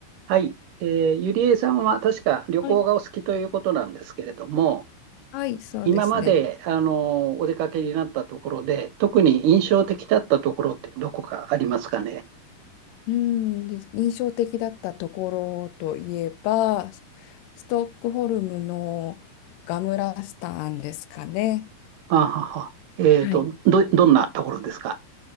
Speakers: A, on the right; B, on the left.
A: はい、えーゆりえさんは確か旅行がお好きということなんですけれども、
B: はい。はい、そうですね。
A: 今まであのお出かけになったところで、特に印象的だったところってどこかありますかね。
B: うん、で印象的だったところといえば、ストックホルムのガムラスタンですかね。
A: あはは。えっと、
B: はい。
A: ど、どんなところですか。